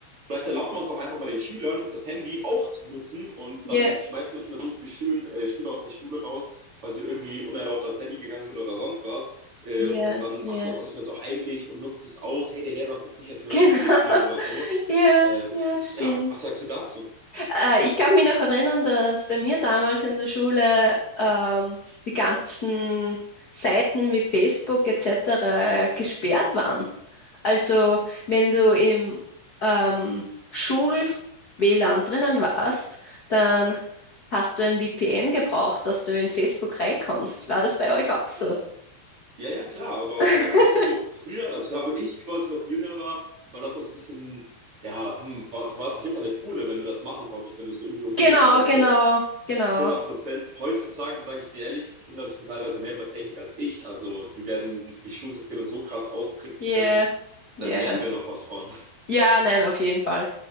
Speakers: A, on the right (about 30°); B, on the left (about 45°).
A: Vielleicht erlaubt man es auch einfach mal den Schülern, das Handy auch zu benutzen und
B: Ja,
A: dann schmeißt man nicht mehr so viele Schül äh, Schüler aus der Schule raus, weil sie irgendwie unerlaubt ans Handy gegangen sind oder sonst was. Äh,
B: ja,
A: und dann
B: ja.
A: macht man es auch nicht mehr so heimlich und nutzt es aus. Hey, der Lehrer guckt nicht, jetzt
B: <laughs>
A: können
B: Genau.
A: wir Spiele spielen oder so.
B: Ja,
A: Äh,
B: ja, stimmt.
A: ja, was sagst du dazu?
B: Äh, ich kann mich noch erinnern, dass bei mir damals in der Schule ähm, die ganzen Seiten wie Facebook etc. gesperrt waren. Also, wenn du im ähm, Schul-WLAN drinnen warst, dann hast du ein VPN gebraucht, dass du in Facebook reinkommst. War das bei euch auch so?
A: Mhm. Ja, ja, klar, aber
B: <laughs>
A: ich sag mal so, früher, also da wo ich quasi noch jünger war, war das noch so ein bisschen, ja, hm, war, du warst auf jeden Fall der Coole, wenn du das machen konntest, wenn du es irgendwie umgehen
B: Genau,
A: konntest.
B: genau, genau.
A: 100 Prozent. Heutzutage sage ich dir ehrlich, die Kinder wissen teilweise mehr über Technik als ich. Also die werden die Schulsysteme so krass austricksen
B: Yeah,
A: können,
B: yeah.
A: da lernen wir noch was von.
B: Ja, nein, auf jeden Fall.